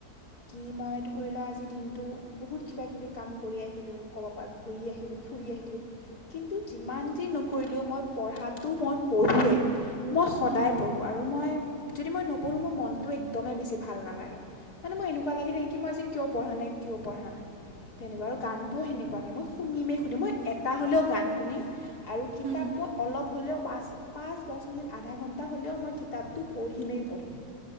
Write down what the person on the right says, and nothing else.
হুম হুম
হুম হুম